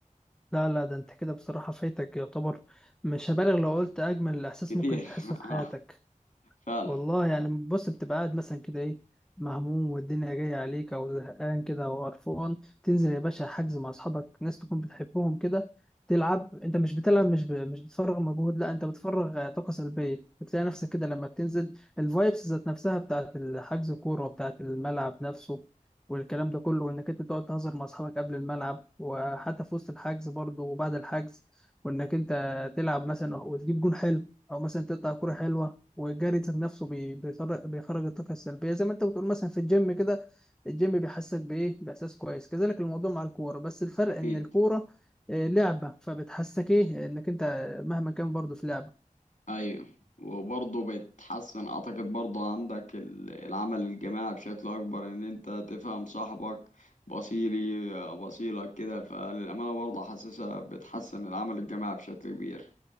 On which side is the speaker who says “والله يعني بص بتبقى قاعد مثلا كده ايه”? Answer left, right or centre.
Centre